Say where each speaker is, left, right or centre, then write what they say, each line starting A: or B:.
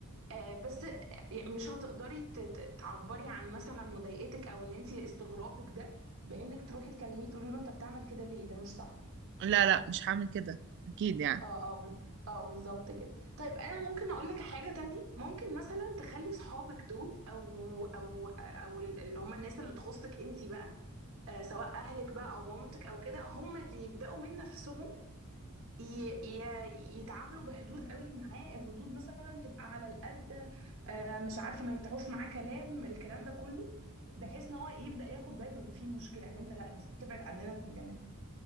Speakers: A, on the right (about 65°); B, on the right (about 55°).
A: آه، بس يعني مش هتقدري ت- ت- تعبري عن مثلا مضايقتك او ان انت استغرابك ده بانك تروحي تكلميه تقولي له انت بتعمل كده ليه ده مش صح
B: لا لا مش هعمل كده أكيد يعني
A: اه اه بال- اه بالظبط كده طيب انا ممكن اقول لك حاجه تانية ممكن مثلا تخلي صحابك دول او او او ال- اللي هم الناس اللي تخصك انت بقى آه، سواء اهلك بقى او مامتك او كده هم اللي يبداوا من نفسهم ي- ي- يتعاملوا بحدود قوي معاه الردود مثلا تبقى على القد آه، مش عارفه ما يفتحوش معاه كلام الكلام ده كله بحيث ان هو يبدا ياخد باله ان في مشكله ان انت لا المفروض تبعد عننا كلنا